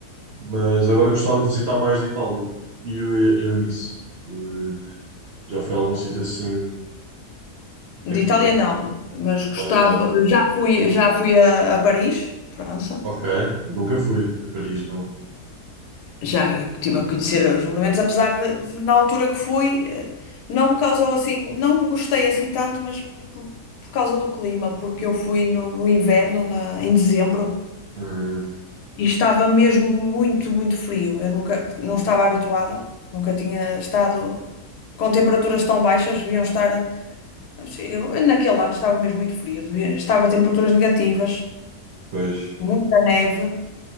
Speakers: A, on the right; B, on the left.
A: Mas agora eu gostava de visitar mais de Itália. E eu, eu, nisso. Eu já fui a algum sítio assim,
B: De
A: aqui
B: Itália
A: por exemplo,
B: não, mas gostava.
A: na Itália não.
B: Já fui, já fui a, a Paris, França.
A: Ok, eu nunca fui a Paris, não.
B: Já estive a conhecer os monumentos, apesar de, de, na altura que fui, eh, não me causou assim, não gostei assim tanto, mas por, por causa do clima, porque eu fui no, no inverno, na- em dezembro,
A: Hum,
B: e estava mesmo muito, muito frio. Eu nunca, não estava habituada, nunca tinha estado com temperaturas tão baixas, deviam estar, eu- naquele ano estava mesmo muito frio, devia- estava a temperaturas negativas,
A: Pois,
B: muita neve.